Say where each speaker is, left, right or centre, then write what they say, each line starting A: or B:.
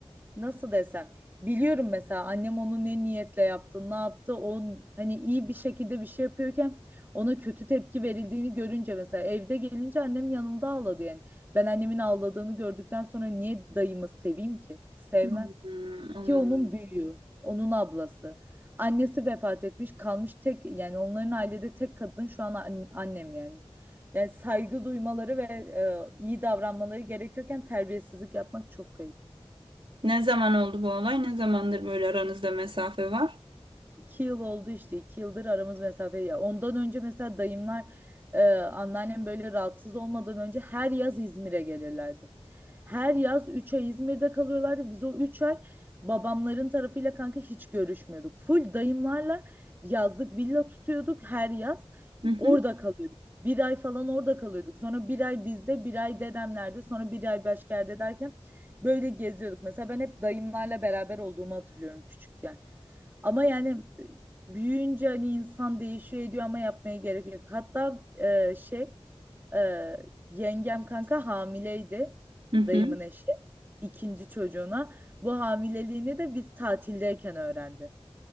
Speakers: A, on the right; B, on the right.
A: nasıl desem biliyorum mesela annem onu ne niyetle yaptı ne yaptı o hani iyi bir şekilde bir şey yapıyorken ona kötü tepki verildiğini görünce mesela evde gelince annem yanımda ağladı yani ben annemin ağladığını gördükten sonra niye dayımı seveyim ki sevmem
B: Hmm, anladım.
A: ki onun Hmm. büyüğü onun ablası annesi vefat etmiş kalmış tek yani onların ailede tek kadın şu an an- annem yani yani saygı duymaları ve e, iyi davranmaları gerekiyorken terbiyesizlik yapmak çok ayıp.
B: Ne zaman oldu bu olay? Ne zamandır böyle aranızda mesafe var?
A: İki yıl oldu işte iki yıldır aramız mesafe ya ondan önce mesela dayımlar e, anneannem böyle rahatsız olmadan önce her yaz İzmir'e gelirlerdi. Her yaz 3 ay İzmir'de kalıyorlardı. Biz o 3 ay babamların tarafıyla kanka hiç görüşmüyorduk. Full dayımlarla yazlık villa tutuyorduk her yaz.
B: Hı hı.
A: Orada kalıyorduk. Bir ay falan orada kalıyorduk. Sonra bir ay bizde, bir ay dedemlerde, sonra bir ay başka yerde derken böyle geziyorduk. Mesela ben hep dayımlarla beraber olduğumu hatırlıyorum küçükken. Ama yani e, büyüyünce hani insan değişiyor ediyor ama yapmaya gerek yok. Hatta e, şey e, yengem kanka hamileydi
B: Hı hı.
A: dayımın eşi ikinci çocuğuna. Bu hamileliğini de biz tatildeyken öğrendi.